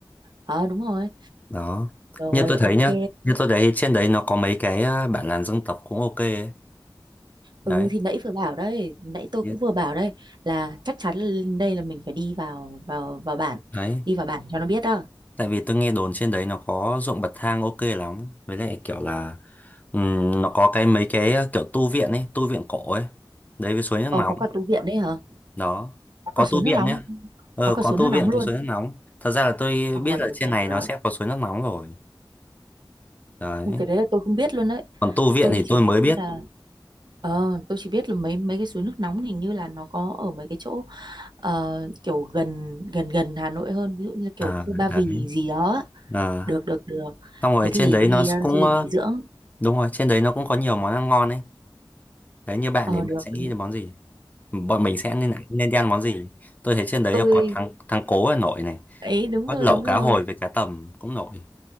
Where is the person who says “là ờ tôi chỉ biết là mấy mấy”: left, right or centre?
Right